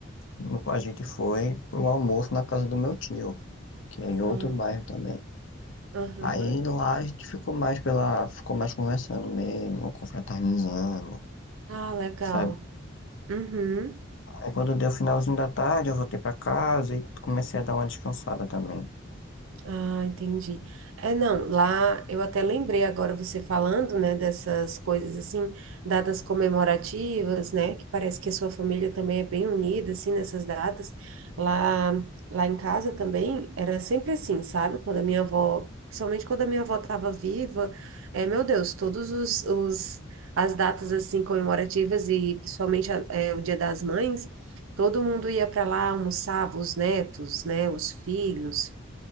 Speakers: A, on the left; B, on the right.
A: no- a gente foi pro almoço na casa do meu tio, que é em outro
B: ah,
A: bairro também.
B: aham.
A: Aí lá a gente ficou mais pela, ficou mais conversando mesmo, confraternizando,
B: Ah, legal.
A: sabe?
B: Uhum.
A: Aí quando deu o finalzinho da tarde, eu voltei pra casa e comecei a dar uma descansada também.
B: Ah, entendi. É, não, lá eu até lembrei agora você falando, né, dessas coisas assim, datas comemorativas, né, que parece que a sua família também é bem unida, assim, nessas datas. Lá, lá em casa também era sempre assim, sabe? Quando a minha avó, principalmente quando a minha avó estava viva, é, meu Deus, todos os, os as datas assim comemorativas e principalmente a- é, o Dia das Mães, todo mundo ia para lá almoçava os netos, né, os filhos.